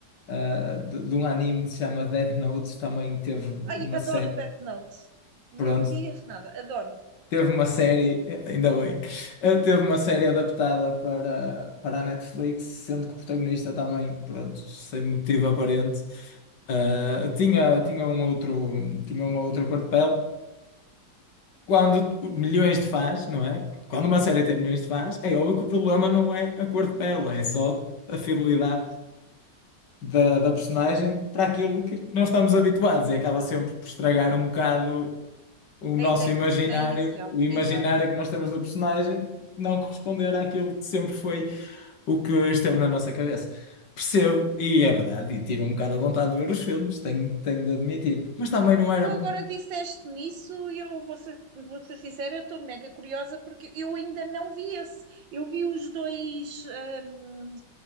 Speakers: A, on the left (about 70°); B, on the right (about 85°).
A: eh, de, de um anime que se chama Death Note, também teve
B: Ai,
A: uma
B: adoro
A: série,
B: Death Note, nem
A: pronto,
B: me digas nada, adoro
A: Teve uma série, ainda bem, eh, teve uma série adaptada para, para a Netflix, sendo que o protagonista também, pronto, sem motivo aparente, eh, tinha, tinha um outro, tinha uma outra cor de pele. Quando milhões de fãs, não é? Quando uma série tem milhões de fãs, é óbvio que o problema não é a cor de pele, é só a fidelidade da, da personagem para aquilo que nós estamos habituados e acaba sempre por estragar um bocado o nosso
B: a ideia
A: imaginário,
B: que se tem inicial,
A: o imaginário
B: exato.
A: que nós temos do personagem, não corresponder àquilo que sempre foi o que esteve na nossa cabeça. Percebo, e é verdade, e tiro um bocado a vontade de ver os filmes, tenho, tenho de admitir. Mas também não era
B: Tu agora disseste-me isso e eu vou ser, vou ser sincera, eu estou mega curiosa porque eu ainda não vi esse. Eu vi os dois, hum,